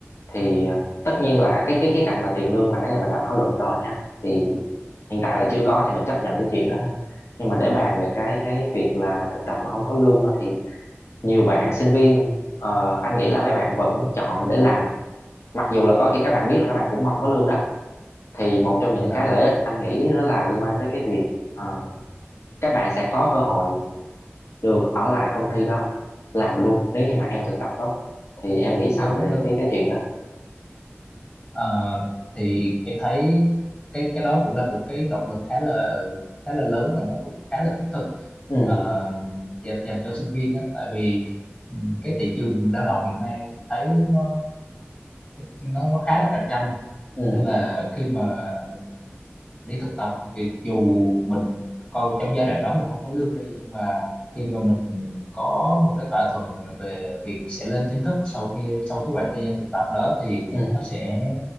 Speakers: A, on the left; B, on the left.
A: thì ờ, tất nhiên là cái cái khía cạnh mà tiền lương là nãy giờ mình đã thảo luận rồi ha thì hiện tại là chưa có thì mình chấp nhận cái chuyện đó thôi nhưng mà để bàn về cái cái việc là thực tập mà không có lương á thì nhiều bạn sinh viên ờ, anh nghĩ là mấy bạn vẫn chọn để làm mặc dù là có khi các bạn biết là các bạn cũng mong có lương đó thì một trong những
B: dạ
A: cái lợi ích anh nghĩ đó là liên quan tới cái việc ờ, các bạn sẽ có cơ hội được ở lại công ty đó làm luôn nếu như mà em thực tập tốt thì em nghĩ sao
B: đúng
A: về
B: đúng
A: cái cái chuyện đó
B: Ờ, thì em thấy cái cái đó cũng là một cái động lực khá là khá là lớn và nó cũng khá là thiết thực
A: ừ
B: ờ, dạ- dành cho sinh viên á tại vì ừ, cái thị trường lao động hiện nay em thấy nó nó nó khá là cạnh tranh
A: ừ
B: nên là khi mà mình đi thực tập thì dù mình coi trong giai đoạn đó mình không có lương đi nhưng mà khi mà mình có một cái thỏa thuận về việc sẽ lên chính thức sau khi sau cái khoảng thời gian thực tập đó thì
A: ừ
B: nó sẽ